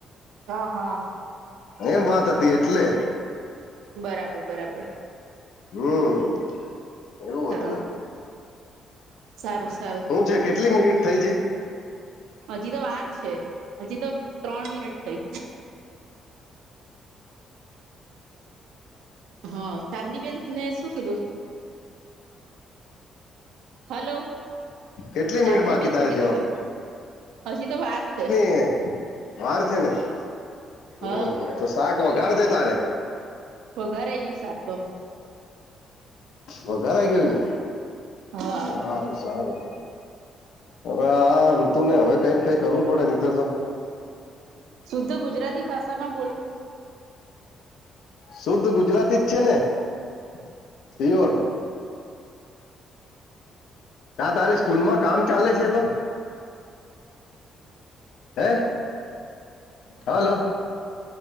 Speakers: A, on the right (about 80°); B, on the left (about 75°).
A: હા હા.
B: એમ વાત હતી એટલે
A: બરાબર બરાબર.
B: હમ એવું હતું
A: હા
B: એમ.
A: સારું સારું
B: હું છે કેટલી મિનિટ થઈ છે.
A: હજી તો વાર છે હજી તો ત્રણ મિનિટ થઈ. હા ચાંદીબેન ને શું કીધું. હલો
B: કેટલી
A: ચાંદી
B: મિનિટ બાકી
A: બેન
B: તારે
A: શું
B: જવામાં
A: કેતા તા. હજીી તો વાર છે.
B: હે. વાર છે ને
A: હ
B: હમ તો શાક વઘાર દે તારે.
A: વધારાય ગયું શાક તો.
B: વધારાય ગયું ને.
A: હા.
B: સારું સારું. હવે આ ઋતુ ને હવે કઈક કઈ કરવું પડે નનીતો
A: શુદ્ધ ગુજરાતી ભાષામાં બોલ
B: શુદ્ધ ગુજરાતી જ છે ને <unintelligible> ત્યા તારી સ્કૂલમાં કામ ચાલે છે તો હે હાલો